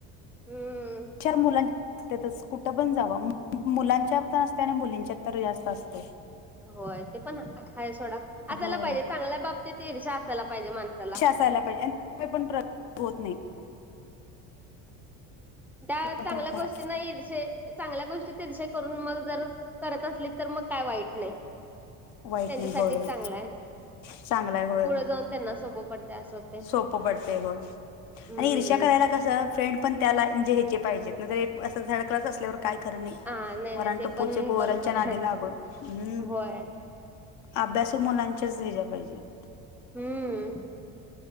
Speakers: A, in the centre; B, on the left.
A: हम्म
B: चार मुलांची ते तसच कुठं पण जावा, मुलांच्या तर असतय आणि मुलींच्यात तर जास्त असतय.
A: होय ते पण हाये सोडा असायला
B: होय
A: पाहिजे, चांगल्या बाबतीत ईर्षा असायला पाहिजे माणसाला
B: आसायला पाहिजे तरीपण <unintelligible> होत नाही.
A: डाळ
B: ते
A: चांगल्या
B: मात्र खरं
A: गोष्टीना इर्षेच चांगल्या गोष्टीत ईर्षा करून मग जर करत असली तर मग काय वाईट नायी?
B: आहे वाईट
A: त्यांच्यासाठीच
B: नाही होय
A: चांगल हाय
B: चांगलाय होय
A: पुढं जाऊन त्यांना सोपं पडतय अस होतय.
B: सोपं पडतय होय
A: हम्म
B: आणि ईर्ष्या करायला कसं? फ्रेंड पण त्याला म्हणजे हेचे पाहिजेत नाहीतर, असं थर्ड क्लास असल्यावर काय खरं नाही.
A: हा नाही
B: वराणटपूचे
A: नाही ते पण
B: पोरांच्या
A: बरोबर
B: नादी
A: आहे
B: लागून हम्म.
A: होय
B: अभ्यासू मुलांच्याच हेज्या पाहिजेत.
A: हम्म.